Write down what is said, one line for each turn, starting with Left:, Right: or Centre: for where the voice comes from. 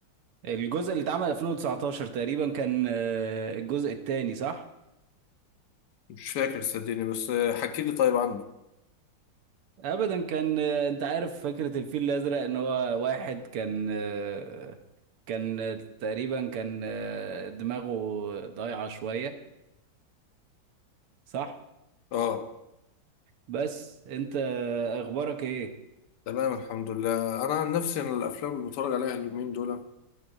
Right: الجزء اللي اتعمل 2019 تقريبا كان آه، الجزء الثاني صح
Left: مش فاكر صدقني بس حكي لي طيب عنه
Right: ابدا كان آه، انت عارف فكرة الفيل الازرق ان هو واحد كان آه، كان آه، تقريبا كان آه، دماغه ضايعة شوية صح
Left: اه
Right: بس انت اخبارك ايه
Left: تمام الحمد لله انا عن نفسي انا الافلام اللي بتفرج عليها اليومين دول